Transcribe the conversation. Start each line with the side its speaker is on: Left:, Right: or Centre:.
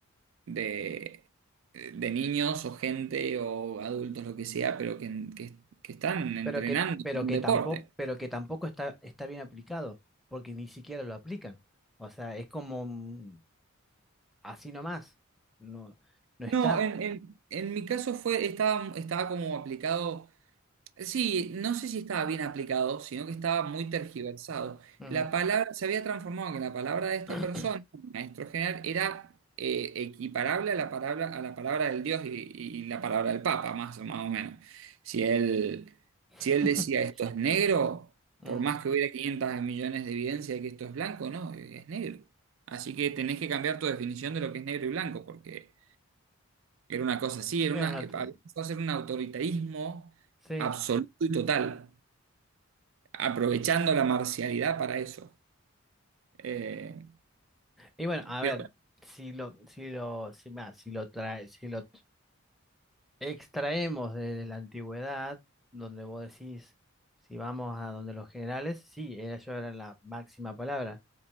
Right: de, de niños o gente o adultos, lo que sea, pero que, que- que están entrenando
Centre: Pero que, pero
Right: un
Centre: que
Right: deporte.
Centre: tampoco, pero que tampoco está, está bien aplicado, porque ni siquiera lo aplican. O sea, es como mm, así nomás. No, no
Right: No,
Centre: está.
Right: en, en- en mi caso fue, estaba, estaba como aplicado. Sí, no sé si estaba bien aplicado, sino que estaba muy tergiversado.
Centre: Ujú.
Right: La palabra se había transformado en que la palabra de esta
Centre: <coughs>
Right: persona, maestro general, era eh, equiparable a la palabra, a la palabra del Dios y, y la palabra del Papa, más, más o menos. Si él,
Centre: <clears throat>
Right: si él decía esto es negro,
Centre: Mm.
Right: por más que hubiera 500 millones de evidencia de que esto es blanco, no, es negro. Así que tenés que cambiar tu definición de lo que es negro y blanco, porque era una cosa así, era
Centre: Era
Right: una,
Centre: una
Right: eh,
Centre: to-
Right: había empezado a ser un autoritarismo
Centre: sí.
Right: absoluto y total, aprovechando la marcialidad para eso. Eh,
Centre: Y bueno, a
Right: pero
Centre: ver, si lo, si lo, si, mira, si lo trae, si lo extraemos de la antigüedad, donde vos decís, si vamos a donde los generales, sí, ellos eran la máxima palabra,